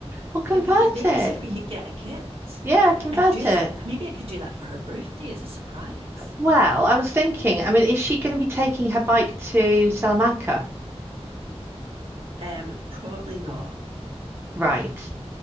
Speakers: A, on the right; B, on the right.
A: Well, convert
B: But we could maybe
A: it.
B: see if we could get a kit.
A: Yeah, convert
B: I could do as
A: it.
B: maybe I could do that for her birthday as a surprise.
A: Well, I was thinking, I mean, is she going to be taking her bike to Salamanca?
B: Um, probably not.
A: Right.